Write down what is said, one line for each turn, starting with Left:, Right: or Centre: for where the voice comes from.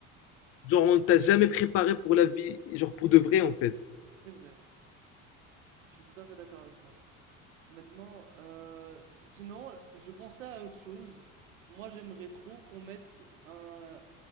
Left: Genre, on t'a jamais préparé pour la vie, genre pour de vrai en fait.
Right: C'est vrai, je suis tout à fait d'accord avec toi. Maintenant, euh, sinon, je pensais à autre chose. Moi, j'aimerais trop qu'on mette un,